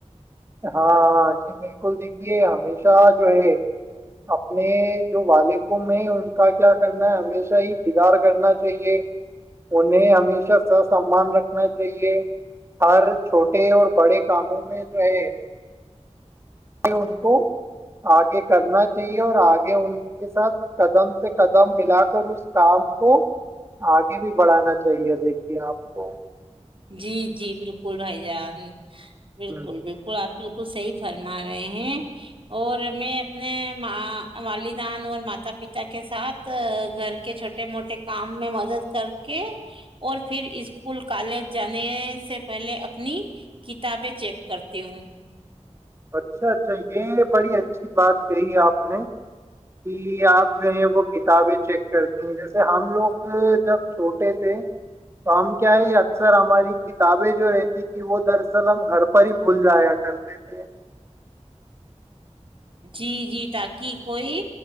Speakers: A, on the right (about 20°); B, on the right (about 50°).
A: ہاں ہاں جی بالکل دیکھیے ہمیشہ جو ہے اپنے جو والکوں میں ان کا کیا کرنا ہے ہمیشہ ہیتدار کرنا چاہیے انہیں ہمیشہ س سمان رکھنا چاہیے ہر چھوٹے اور بڑے کاموں میں جو ہے <unintelligible> ان کو آگے کرنا چاہیے اور آگے ان کے ساتھ قدم سے قدم ملا کر اس کام کو آگے بھی بڑھانا چاہیے دیکھیے آپ کو
B: جی جی بالکل بھائی جان بالکل
A: ہ
B: بالکل آپ بالکل صحیح فرما رہے ہیں اور میں اپنے والدان اور ماتا پتا کے ساتھ گھر کے چھوٹے موٹے کام میں مدد کر کے اور پھر اسکول کالج جانے سے پہلے اپنی کتابیں چیک کرتی ہوں
A: اچھا اچھا یہ بڑی اچھی بات کہی اپ نے لیا جو ہے وہ کتابیں چیک کرتی ہیں جیسے ہم لوگ جب چھوٹے تھے تو ہم کیا ہے اکثر ہماری کتابیں جو رہتی تھی وہ دراصل ہم گھر پر ہی بھول جایا کرتے تھے
B: جی جی تاکہ کوئی